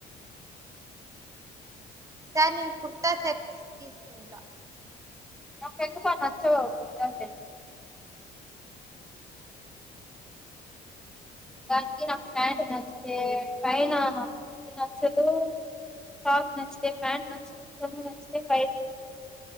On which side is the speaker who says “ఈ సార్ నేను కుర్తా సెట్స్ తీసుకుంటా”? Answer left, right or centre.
Right